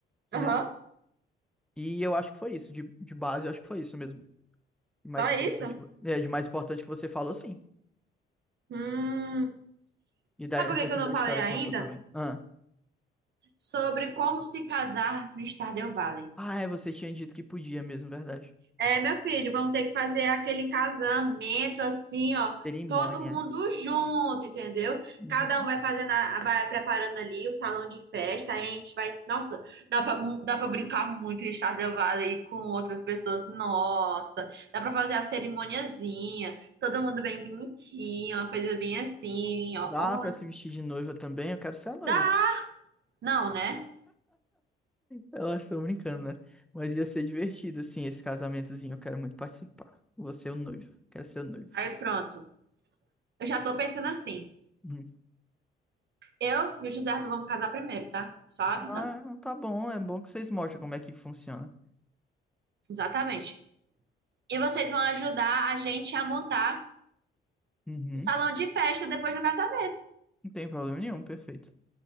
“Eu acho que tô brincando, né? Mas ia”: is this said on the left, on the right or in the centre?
Centre